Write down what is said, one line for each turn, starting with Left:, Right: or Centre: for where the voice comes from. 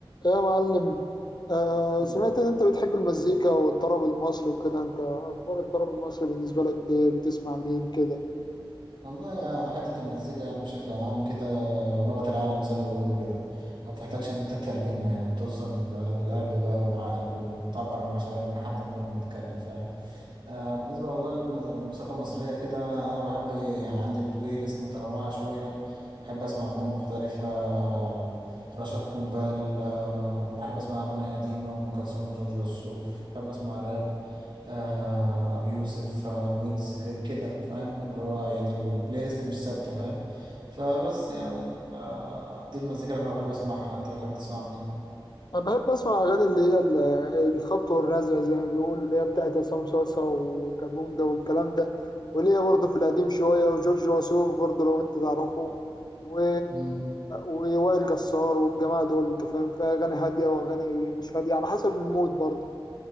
Left: إيه يا معلم آه
Right: مم.
Left: سمعت ان انت بتحب المزيكا والطرب المصري وكده انت اخبار الطرب المصري بالنسبه لك ايه بتسمع مين كده
Right: والله يا حتة المزيكا يعني بشكل عام كده لغة العالم زي ما بيقولوا كده ما بتحتاجش إن أنت تترجمها يعني بتوصل للقلب بقى والعقل وتعبر عن مشاعرنا حتى من غير ما نتكلم فاهم آه بالنسبة والله للم- للموسيقى المصرية كده أنا بحب يعني عندي البلاي ليست متنوعة شوية بحب أسمع أغاني مختلفة آه، رشاد قنبال آه بحب أسمع أغاني قديمة وأم كلثوم وجورج وسوف بحب أسمع راب آه أبي يوسف آه ويجز ك- كده فاهم اللي هو يعني البلاي ليست مش ثابتة فاهم فبس يعني ال- آه، دي المزيكا اللي أنا بحب أسمعها أنت بتحب تسمع مين؟
Left: انا بحب اسمع اغاني اللي هي ال- الخبط والرزع زي ما بيقولوا اللي هي بتاعت عصام صاصا وكابونجا والكلام ده واللي هي برضه في القديم شويه وجورج وسوف برضه لو انت تعرفه و...
Right: مم.
Left: ووائل جسار والجماعه دول انت فاهم فيها اغاني هاديه واغاني مش هاديه على حسب المود برضه